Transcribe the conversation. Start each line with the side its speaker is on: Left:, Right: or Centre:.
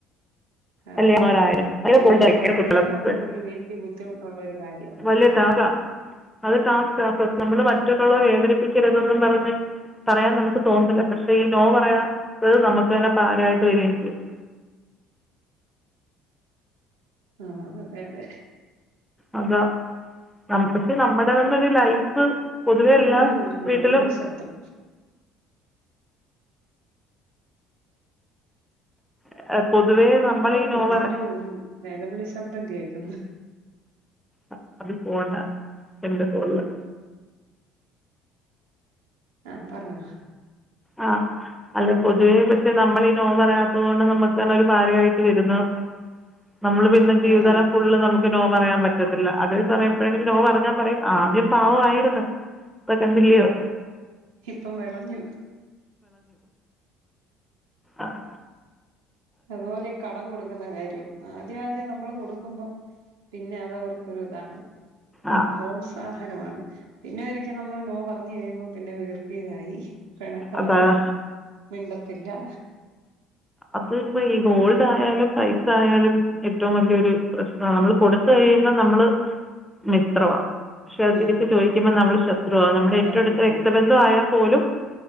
Right: അതെ
Centre: വല്ല്യവരായാലും
Right: അതെ
Centre: <unintelligible>
Right: ഈ നോ പറയാന്നുള്ളത് ഒരു വല്യ ബുദ്ധിമുട്ടുള്ള ഒരു കാര്യാ
Centre: വല്ല്യ ടാസ്ക്കാ അത് ടാസ്‌ക്കാ സ നമ്മള് മറ്റ്ള്ളോരെ വേദനിപ്പിക്കരുതെന്നും പറഞ്ഞ് പറയാൻ നമ്മക്ക് തോന്നത്തില്ല പക്ഷെ ഈ നോ പറയാത്തത് നമ്മക്ക് തന്നെ പാരയായിട്ട് വരികയും ചെയ്യും
Right: ആഹ് അതെ അതെ
Centre: അതാ നമ് പക്ഷെ നമ്മടെ തന്നെ ഒരു ലൈഫ് പൊതുവെ എല്ലാ
Right: എവിടെയോ ഒരു നിലവിളി
Centre: വീട്ടിലും
Right: ശബ്ദം
Centre: <unintelligible> നമ്മൾ
Right: എവിടെയോ
Centre: ഈ നോ
Right: എന്തിന്റെയോ
Centre: പറ
Right: ഒരു നെലവിളി ശബ്ദം കേക്ക്ന്ന്
Centre: അ അത് പോണ്ടാ എന്റെ ഫോണില്
Right: ആഹ് പറഞ്ഞോ
Centre: ആഹ് അല്ല പൊതുവേ പക്ഷെ നമ്മളീ നോ പറയാത്ത അതുകൊണ്ട് നമുക്ക് തന്നെ ഒരു പാരയായിട്ട് വെരുന്നു നമ്മള് പിന്നെ ജീവിതാലം
Right: ആന്നാന്ന്
Centre: ഫുള്ള് നമുക്ക് നോ പറയാൻ പറ്റത്തില്ലാ അത് കൊറെ പേര് നോ പറഞ്ഞാ പറയും ആദ്യം പാവായിരുന്നു ഇപ്പ കണ്ടില്ലയോ
Right: ഇപ്പം വെളഞ്ഞു
Centre: ആഹ്
Right: അതുപോലെ ഈ കടം കൊടുക്കുന്ന കാര്യവും ആദ്യം ആദ്യം നമ്മൾ കൊടുക്കുമ്പോ പിന്നെ അത് അവർക്കൊരു ഇതാണ്
Centre: ആ
Right: പ്രോത്സാഹനമാണ് പിന്നെ ഒരിക്കെ നമ്മള് നോ പറഞ്ഞ് കഴിയുമ്പോ പിന്നെ വീർപ്പിരായി പെണക്കവായി
Centre: അതാ
Right: മിണ്ടത്തില്ലാ
Centre: അത് ഇപ്പൊ ഈ ഗോൾഡ് ആയാലും പൈ സായാലും ഏറ്റവും വല്യൊരു പ്രശ്നവാ നമ്മള് കൊടുത്ത് കഴിയുമ്പം നമ്മള് മിത്രവാ പക്ഷെ അത്
Right: ആഹ്
Centre: തിരിച്ച് ചോദിക്കുമ്പോ നമ്മള് ശത്രുവാ നമ്മടെ ഏറ്റവും
Right: ശത്രുവാവും.
Centre: അടുത്ത രക്ത ന്തവായ പോലും